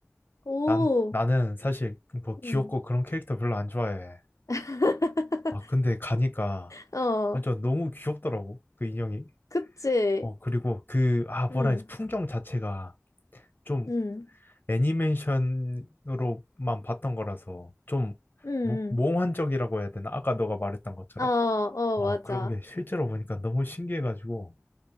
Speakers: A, on the left (about 80°); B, on the left (about 35°).
A: 오.
B: 난 나는 사실 뭐 귀엽고
A: 응.
B: 그런 캐릭터 별로 안 좋아해.
A: <laughs>
B: 아 근데 가니까
A: 어.
B: 완전 너무 귀엽더라고 그 인형이.
A: 그치.
B: 어, 그리고 그, 아, 뭐라
A: 응.
B: 해야 지 풍경 자체가 좀
A: 응.
B: 애니메이션으로만 봤던 거라서 좀
A: 응.
B: 모- 몽환적이라고 해야 되나? 아까 너가 말했던 것처럼.
A: 응. 어, 어,
B: 어,
A: 맞아.
B: 그런 게 실제로 보니까 너무 신기해가지고,